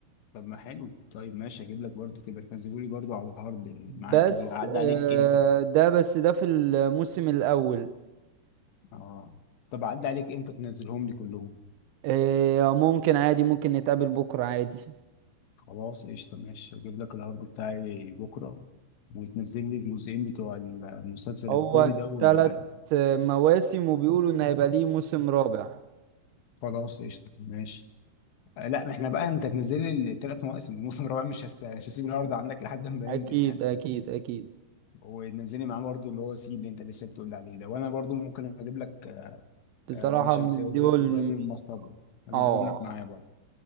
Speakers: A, on the left; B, on the right.
A: طب ما حلو طيب ماشي اجيب لك برضه تبقى تنزله لي برضه على الهارد
B: بس
A: معاك دي اعدي عليك
B: آه،
A: امتى
B: ده بس ده في الموسم الاول
A: اه طب اعدي عليك امتى تنزلهم لي كلهم
B: إيه ممكن عادي ممكن نتقابل بكرة عادي
A: خلاص قشطه ماشي اجيب لك الهارد بتاعي بكره وتنزل لي الجزئين بتوع المسلسل
B: هو
A: الكوري ده وال...
B: تلات مواسم وبيقولوا إن هيبقى ليه موسم رابع
A: خلاص قشطه ماشي آه، لا ما احنا بقى انت تنزل لي الثلاث مواسم <laughs> الموسم الرابع مش هست... مش هسيب الهارد عندك لحد ما
B: أكيد
A: ينزل يعني
B: أكيد أكيل
A: وتنزلي معاه برضه اللي هو سي اللي انت لسه بتقول لي عليه ده وانا برضه ممكن اجيب لك
B: بصراحة
A: آه، لام شمسية
B: من
A: وز-
B: دول
A: وظل المصطبة هجيبهم
B: اه
A: لك معايا برضه